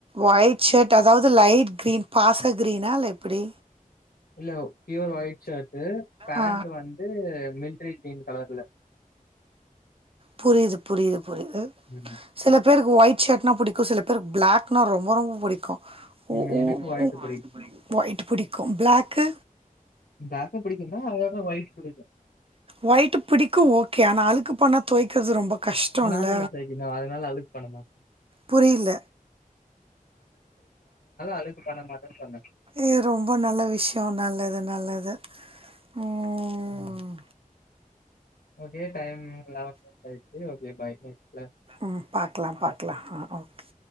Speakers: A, on the right; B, on the left.
A: ஒயிட் ஷர்ட் அதாவுது லைட் கிரீன் பாசக்ரீனா இல்ல எப்புடி
B: இல்ல பியூர் ஒயிட் ஷர்ட்டு பேன்ட்டு
A: ஆ
B: வந்து மில்ட்ரி கிரீன் கலர்ல
A: புரியிது புரியிது புரிது
B: ம்.
A: சில பேருக்கு ஒயிட் ஷர்ட்னா புடிக்கு சில பேருக்கு பிளாக்னா ரொம்ப ரொம்ப புடிக்கு உ
B: ம்.
A: உ
B: எனக்கு ஒயிட்
A: உ‌
B: பிடிக்கும்.
A: ஒயிட்டு பிடிக்கு பிளாக்கு
B: பிளாக்கும் பிடிக்கும் தான், அதோட ஒயிட் பிடிக்கும்.
A: ஒயிட்டு பிடிக்கு ஓகே ஆனா அழுக்கு பண்ணா தொவைக்கிறது ரொம்ப கஷ்டம்ல.
B: நாந்தானெ தொவைக்கனு அதுனால அழுக்கு பண்ண மாட்டே
A: புரியல.
B: அழுக்கு பண்ண மாட்டேன்னு சொன்னேன்.
A: ஏ ரொம்ப நல்ல விஷ்யோ நல்லது நல்லது ம்.
B: ம். ஓகே டைம் லெவன் மினிட்ஸ் ஆயிர்ச்சு ஓகே பாய் நெக்ஸ்
A: ம் பாக்லா பாக்லா ஆ ஓகே